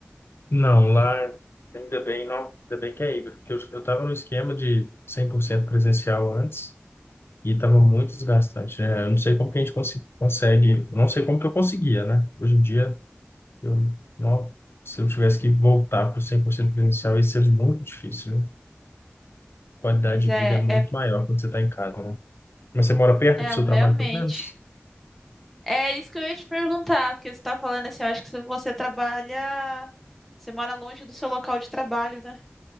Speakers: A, on the left; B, in the centre.
A: Não, lá, ainda bem, não. Ainda bem que é híbrido. Porque eu, eu tava no esquema de 100% presencial antes. E estava muito desgastante, né? Eu não sei como que a gente consi- consegue, eu não sei como que eu conseguia, né? Hoje em dia Eu, não, se eu tivesse que voltar para o 100% presencial, ia ser muito difícil, viu? Qualidade
B: Mas é,
A: de vida é muito
B: é,
A: maior quando você está em casa, né? Mas você mora perto
B: é
A: do seu
B: realmente.
A: trabalho, pelo menos?
B: É isso que eu ia te perguntar, porque você está falando assim, eu acho que se você trabalha, você mora longe do seu local de trabalho, né?